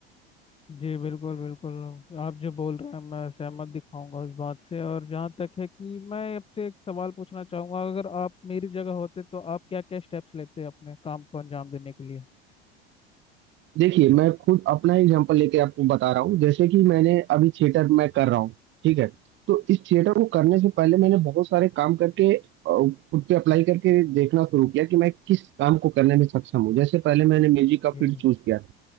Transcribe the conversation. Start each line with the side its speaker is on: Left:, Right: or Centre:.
Left: जी बिल्कुल बिल्कुल आप जो बोल रहे हैं मैं सहमत दिखाऊंगा उस बात से और जहाँ तक है कि मैं आपसे एक सवाल पूछना चाहूंगा अगर आप मेरी जगह होते तो आप क्या क्या स्टेप्स लेते अपने काम को अंजाम देने के लिए
Right: देखिए मैं खुद अपना एग्जांपल लेके आपको बता रहा हूँ जैसे कि मैंने अभी थिएटर मैं कर रहा हूँ ठीक है तो इस थिएटर को करने से पहले मैंने बहुत सारे काम करके अ, खुद पे अप्लाई करके देखना शुरू किया कि मैं किस काम को करने में सक्षम हूँ जैसे पहले मैंने म्यूजिक का फील्ड
Left: जी जी
Right: चूज किया था,